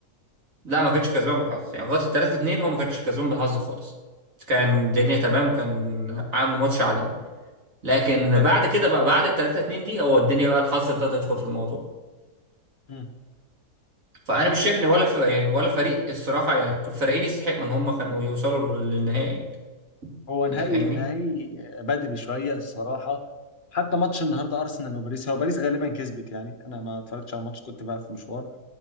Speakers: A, on the right (about 55°); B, on the left (about 35°).
A: لا ما كانش كسبان بالحظ يعني لغايه التلاتة اتنين هو ما كانش كسبان بالحظ خالص كان الدنيا
B: امم
A: تمام وكان عامل ماتش عالمي لكن
B: حلو
A: بعد كده بقى بعد التلاتة اتنين دي هو الدنيا بقى الحظ ابتدى يدخل في الموضوع
B: مم.
A: فانا مش شايف ان ولا في يعني ولا فريق الصراحه يعني كل الفريقين يستحقوا ان هم كانوا يوصلوا للنهائي يعني.
B: هو نهائي
A: انت فاهمني
B: نهائي بدري شويه الصراحه حتى ماتش النهارده ارسنال وباريس هو باريس غالبا كسبت يعني انا ما اتفرجتش على الماتش كنت بقى في مشوار